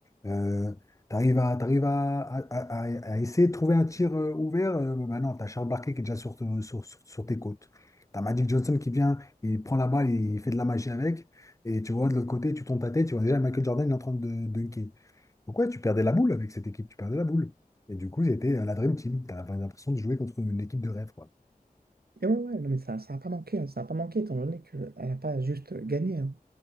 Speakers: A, on the left; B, on the right.
A: Euh, t'arrives à, t'arrives à, à, à- à essayer de trouver un tir euh, ouvert, euh, bah non, t'as Charles Barkley qui est déjà sur, te- sur, sur, sur tes côtes. T'as Magic Johnson qui vient, il prend la balle, il fait de la magie avec, et tu vois de l'autre côté, tu tournes ta tête, tu vois déjà Michael Jordan, il est en train de dunker. Donc ouais, tu perdais la boule avec cette équipe, tu perdais la boule. Et du coup, c'était euh, la Dream Team. T'as T'avais l'impression de jouer contre une équipe de rêve, quoi.
B: Et ouais, ouais, non, mais ça, ça n'a pas manqué, hein, ça n'a pas manqué, étant donné qu'elle n'a pas juste gagné, hein.